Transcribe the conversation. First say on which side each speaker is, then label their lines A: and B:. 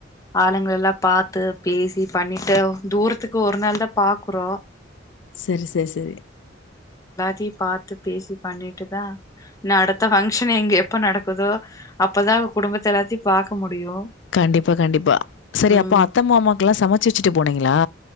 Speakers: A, on the left; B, on the left.
A: ஆளுங்க எல்லா பாத்து பேசி பண்ணிட்டு தூரத்துக்கு ஒரு நாள் தா பாக்குறோ
B: செரி செரி செரி
A: டி பாத்து பேசி பண்ணிட்டுதா அடுத்த பங்கஷன் இங்க எப்ப நடக்குதோ அப்தா குடும்பத்த எல்லத்தையு பாக்க முடியு
B: கண்டிப்பா கண்டிப்பா செரி
A: ம்
B: அப்ப அத்த மாமாக்கு எல்லா சமைச்சி வச்சிட்டு போனிங்களா